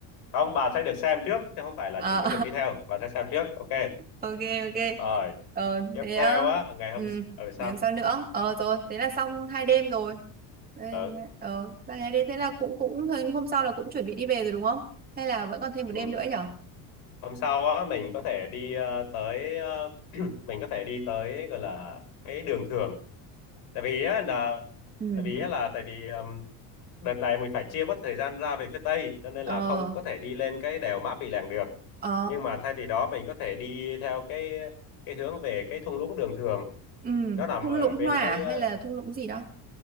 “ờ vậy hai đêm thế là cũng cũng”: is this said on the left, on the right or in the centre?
Right